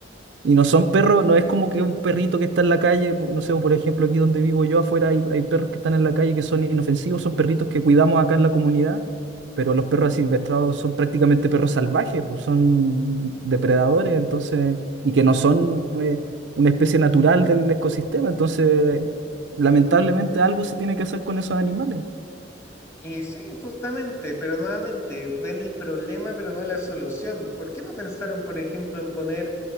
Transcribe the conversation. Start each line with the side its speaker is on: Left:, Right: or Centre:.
Right: Y no son perros, no es como que un perrito que está en la calle, po- no sé, por ejemplo, aquí donde vivo yo afuera hay, hay perros que están en la calle que son inofensivos, son perritos que cuidamos acá en la comunidad, pero los perros asilvestrados son prácticamente perros salvajes, pues son depredadores, entonces, y que no son eh, una especie natural del ecosistema, entonces, lamentablemente algo se tiene que hacer con esos animales.
Left: Y sí, justamente, pero nuevamente ven el problema, pero no la solución. ¿Por qué no pensaron, por ejemplo, en poner